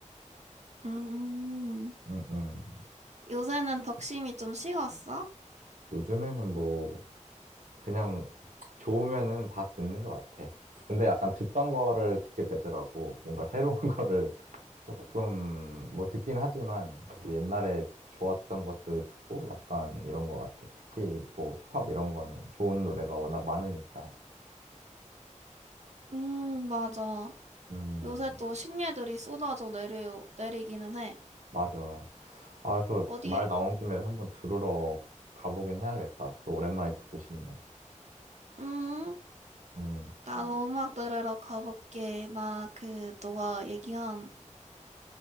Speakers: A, on the right; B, on the right.
A: 음,
B: 음, 음.
A: 요새는 덕심이 좀 식었어?
B: 요즘에는 뭐 그냥 좋으면은 다 듣는 것 같아. 근데 약간 듣던 거를 듣게 되더라고. 뭔가 새로운 <laughs> 거를 조금 뭐 듣긴 하지만 이제 옛날에 좋았던 것들을 듣고 약간 이런 것 같아. 특히 뭐 힙합 이런 거는 좋은 노래가 워낙 많으니까.
A: 음, 맞아.
B: 음,
A: 요새 또 신예들이 쏟아져 내려, 내리기는 해.
B: 맞아. 아, 그래서
A: 어디,
B: 말 나온 김에 한번 들으러 가보긴 해야겠다. 또 오랜만에 듣고 싶네.
A: 음,
B: 음,
A: 나도 음악 들으러 가볼게. 나 그, 너가 얘기한,